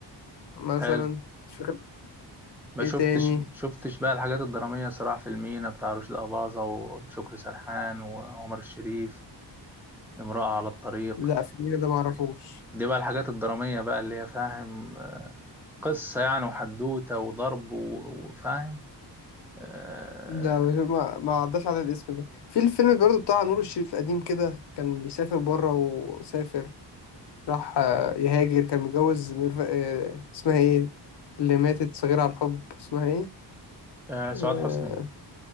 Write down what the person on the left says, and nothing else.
مثلا
مش فاكر
ايه
تاني
لا فيلم ده ما اعرفوش
لا ما ما عداش على الاسم ده في الفيلم برضو بتاع نور الشريف قديم كده كان بيسافر بره وسافر راح آه، يهاجر كان متجوز ميرف... آه، اسمها ايه اللي ماتت صغيرة على الحب اسمها ايه
آه،